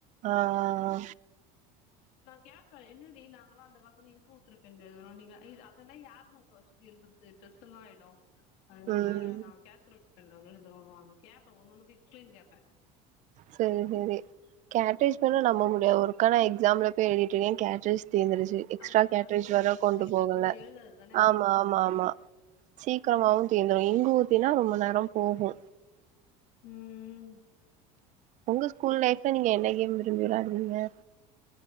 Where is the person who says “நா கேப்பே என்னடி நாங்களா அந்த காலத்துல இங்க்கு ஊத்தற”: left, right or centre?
Left